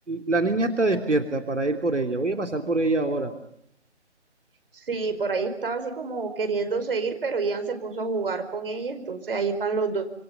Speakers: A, on the right; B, on the right.
A: La niña está despierta para ir por ella. Voy a pasar por ella ahora.
B: Sí, por ahí estaba así como queriéndose ir, pero Ian se puso a jugar con ella, entonces ahí están los dos,